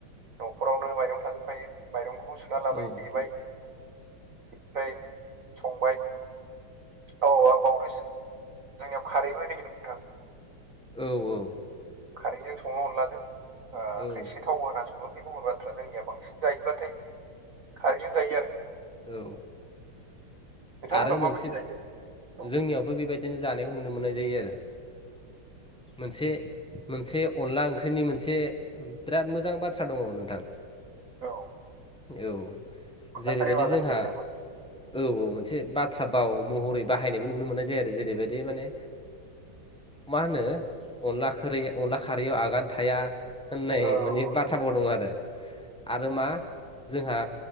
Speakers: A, on the right; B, in the centre.
A: न'खरावनो माइरं थाजोबखायो माइरंखौ सुना
B: औ
A: लाबाय देबाय बेनिफ्राय संबाय औ आं बावदोंसो जोंनियाव खारैबो होयो नोंथां।
B: औ औ
A: खारैजों संङो अनलाजों ओ
B: औ
A: खायसे थावबो होना् संङो थिग गुबुन' थ्रा जोंनिया बांसिन जायोब्लाथाय खारैजों जायो आरो।
B: औ
A: नोंथांमोननाव
B: आरो मोनसे
A: माबायदि जायो औ
B: जोंनियावबो बेबायदिनो जानायखौ नुनो मोननाय जायो आरो मोनसे मोनसे अनला ओंख्रिनि मोनसे बिराद मोजां बाथ्रा दङ नोंथां
A: औ
B: औ
A: अनला
B: जेरैबायदि
A: खारैयाव आगान
B: जोंहा
A: थायो नामा
B: औ औ मोनसे बाथ्रा बाव महरै बाहायनायबो नुनो मोननाय जायो आरो जेरैबायदि माने मा होनो अनला खोरै अनला खारैयाव आगान थाया होननाय
A: औ
B: माने बाथ्राबो
A: औ
B: दं आरो आरो मा जोंहा